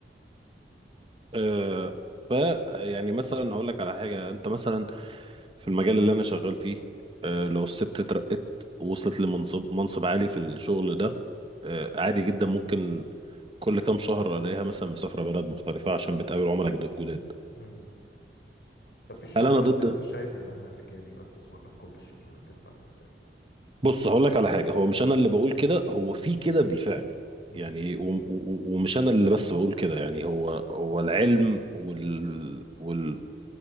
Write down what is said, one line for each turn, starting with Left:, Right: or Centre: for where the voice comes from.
Right: آه ف يعني مثلا هقول لك على حاجه انت مثلا في المجال اللي انا شغال فيه
Left: مم.
Right: آه لو الست اترقت وصلت لمنصب منصب عالي في الشغل ده آه عادي جدا ممكن كل كام شهر الاقيها مثلا مسافره بلد مختلفه عشان بتقابل عملاء جد- جداد
Left: مم. طب في شغلانات
Right: هل انا ضد
Left: انت شايف انها رجالي بس ولا كل الشغلانات تنفع للستات
Right: بص هقول لك على حاجه هو مش انا اللي بقول كده هو في كده بالفعل
Left: مم.
Right: يعني و- و- و- ومش انا اللي بس بقول كده يعني هو هو العلم وال وال